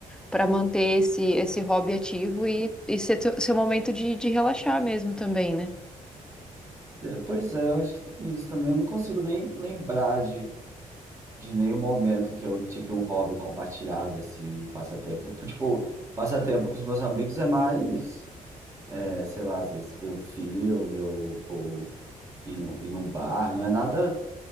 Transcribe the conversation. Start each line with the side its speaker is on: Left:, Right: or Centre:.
Centre: para manter esse, esse hobby ativo e, e ser teu- seu momento de, de relaxar mesmo também, né?
Right: É, Pois é, eu acho que tem isso também. Eu não consigo nem lembrar de nenhum momento que eu tive um hobby compartilhado, assim, passatempo. Tipo, passatempo com os meus amigos é mais, é, sei lá, às vezes ver um filme ou, ou ir, num- ir num bar, não é nada